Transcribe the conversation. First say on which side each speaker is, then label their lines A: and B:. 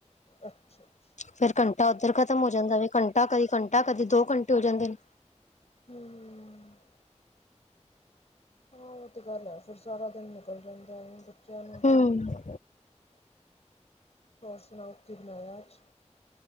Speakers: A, on the left; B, on the left.
A: ਅੱਛਾ ਅੱਛਾ
B: ਫੇਰ ਘੰਟਾ ਉੱਧਰ ਖਤਮ ਹੋ ਜਾਂਦਾ ਵੇ। ਘੰਟਾ, ਕਦੀ ਘੰਟਾ, ਕਦੀ ਦੋ ਘੰਟੇ ਹੋ ਜਾਂਦੇ ਨੇ।
A: ਹੂੰ। ਹਾਂ। ਉਹ ਤੇ, ਗੱਲ ਹੈ। ਫੇਰ ਸਾਰਾ ਦਿਨ, ਨਿਕਲ ਜਾਂਦਾ। ਬੱਚਿਆਂ ਨੂੰ
B: ਹੂੰ।
A: ਹੋਰ ਸੁਣਾਓ, ਕੀ ਬਣਾਇਆ ਅਜ?